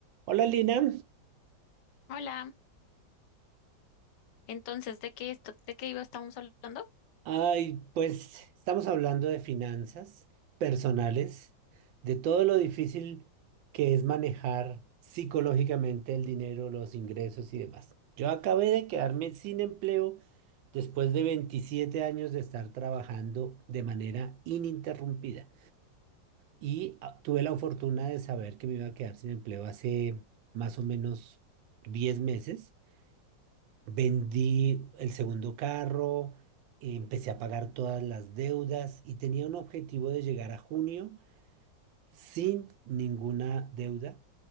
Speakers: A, on the right (about 85°); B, on the left (about 75°).
A: Hola Lina,
B: Hola, entonces, ¿de qué esto, de qué iba estamos hablando?
A: ay, pues estamos hablando de finanzas personales, de todo lo difícil que es manejar psicológicamente el dinero, los ingresos y demás. Yo acabé de quedarme sin empleo después de 27 años de estar trabajando de manera ininterrumpida y ah, tuve la fortuna de saber que me iba a quedar sin empleo hace más o menos 10 meses. Vendí el segundo carro, empecé a pagar todas las deudas y tenía un objetivo de llegar a junio sin ninguna deuda.